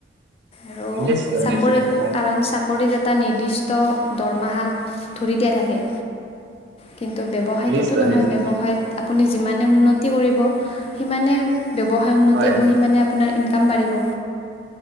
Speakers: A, on the left; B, on the right.
A: আৰু
B: নিশ্চয়
A: চাকৰি,
B: নিশ্চয় হয়
A: কাৰণ চাকৰি চাকৰিত এটা নিৰ্দিষ্ট দৰমাহাত ধৰি দিয়া থাকে। কিন্তু ব্যৱসায়ত
B: নিশ্চয়
A: সিটো নহয়,
B: নিশ্চয়
A: ব্যৱসায়ত
B: নিশ্চয়
A: আপুনি যিমানে উন্নতি কৰিব, সিমানে ব্যৱসায় উন্নতি
B: হয়
A: হ'ব সিমানে আপোনাৰ ইনকাম বাঢ়িব।